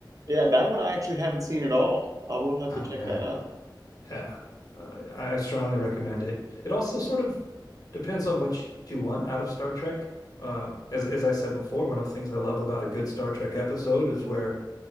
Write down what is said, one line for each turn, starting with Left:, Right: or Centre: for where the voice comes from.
Right: Yeah, that one I actually haven't seen at all. I will have
Left: oh
Right: to check
Left: man
Right: that out.
Left: yeah uh, i strongly recommend it it also sort of depends on what you want out of star trek uh, as as i said before one of the things i love about a good star trek episode is where